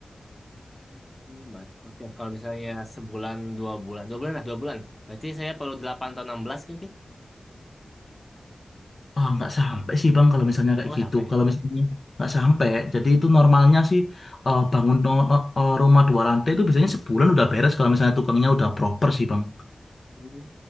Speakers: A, on the left; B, on the left.
A: Hmm, ber- Oke, kalau misalnya sebulan, dua bulan, dua bulan lah, dua bulan. Berarti saya perlu 8 atau 16 mungkin.
B: Ah, nggak sampai sih Bang kalau misalnya kayak
A: Oh, nggak
B: gitu.
A: sampai ya?
B: Kalau misalnya nggak sampai, jadi itu normalnya sih eh, bangun no- no- eh, rumah dua lantai itu biasanya sebulan udah beres kalau misalnya tukangnya udah proper sih Bang.
A: Hmm.